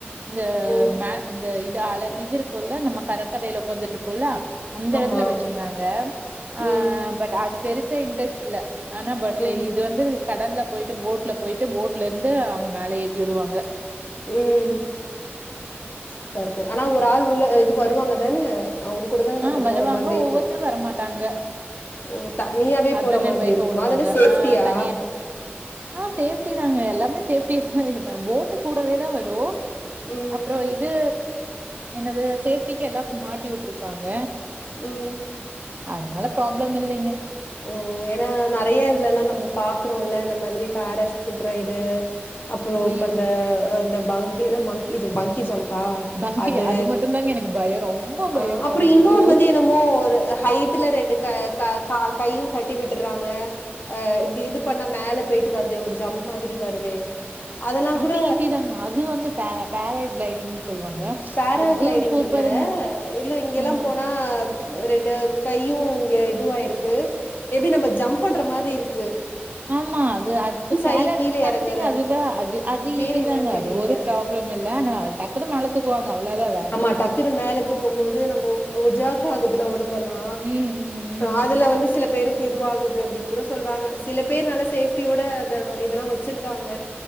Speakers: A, on the right (about 40°); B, on the left (about 50°).
A: இந்த
B: ம்.
A: மே இந்த இது அல இது கொல்ல நம்ம கடக்கரையில உக்காந்துட்டு இருப்போல்ல அந்த
B: ஆமா.
A: எடத்துல வச்சிருந்தாங்க ஆ
B: ம்.
A: பட் அ அது பெருசா இன்ட்ரெஸ்ட் இல்ல ஆனா பட்ல
B: ம்.
A: இது வந்து கடல்ல போயிட்டு போட்ல போயிட்டு போட்ல இருந்து அவுங்க மேல ஏத்தி உடுவாங்க
B: ம் சுப்பா இருக்கு ஆனா ஒரு ஆள் உள்ள இது வருவாங்கதான அவுங்க கூடதா
A: ஆ
B: நம்ம
A: வருவாங்க,
B: போற மாதிரி இருக்கு
A: ஒவ்வொருத்தரும் வரமாட்டாங்க.
B: ஓ தனியாவே
A: ஹஸ்பண்ட்
B: போற மாதிரி
A: அண்ட் ஒய்ஃபா
B: இருக்குமா
A: விடுவாங்க.
B: அது என்ன சேஃப்டியா
A: ஆ தனியா ஆ சேஃப்டி தாங்க எல்லாமே சேஃப்டியா தா இது போட்டு கூடவே தா வரு
B: ம்.
A: அப்புறோ இது என்னது சேஃப்டிக்கு எல்லா மாட்டி உட்ருப்பாங்க
B: ம்
A: அதனால ப்ராப்ளம் இல்லைங்க
B: ஓ ஏன்னா நெறைய இதுலல்லா நம்ப பாக்குறோம்ல்ல இந்த மாதிரி பேராசூட் ரைடு அப்புறோ இப்ப
A: ம்
B: அந்த இந்த பாங்கி ஏன்னா மங்கி ஜம் பங்கி ஜம்ப் பா
A: பங்கி
B: அது
A: மட்டுந்தாங்க எனக்கு பயோ ரொம்ப பயோங்க
B: அ அப்புறோ
A: அது
B: இன்னொன்னு
A: மட்டு
B: வந்து என்னமோ ஒரு ஹைட் டுல ரெண்டு க க கா கையு கட்டி விட்டுறாங்க அ இப்டி இது பண்ணா மேல போயிட்டு வருது ஒரு ஜம்ப் மாதிரி வருதே அதெல்லாம்
A: அது
B: கூட
A: இதிதாங்க அது வந்து பே பேராகிளைடிங்ன் சொல்லுவாங்க
B: பேராகிளைடிங்
A: அது சூப்பருங்க
B: இல்ல இல்ல இங்க எல்லாம்
A: ம்
B: போனா ரெண்டு கையு இங்க இதுவாயிருக்கு எப்படி நம்ப ஜம்ப் பண்ற மாதிரி இருக்
A: ஆமா அது அது பேற
B: ஆயி கீழ
A: சம்திங்
B: எறங்குற
A: அதுதா அது அது
B: பேரு
A: ஈஸி
B: என்னன்னு
A: தாங்க
B: தெரியல.
A: அது ஒரு ப்ராப் ளம் இல்ல ஆனா டக் குண்டு மேல தூக்குவாங்க அவ்ளதா
B: ஆமா டக்குன்னு மேல தூக்கும் போது நம்போ ஜாக்காக்குதுல ஒடம்பல்லா
A: ம் ம் ம்
B: அதுல வந்து சில பேருக் கு இதுவாகுது அபடின் கூட சொல்றாங்க சில பேர் நல்ல சேஃப்டியோட அந்த இதெல்லா வச்சிருக்காங்க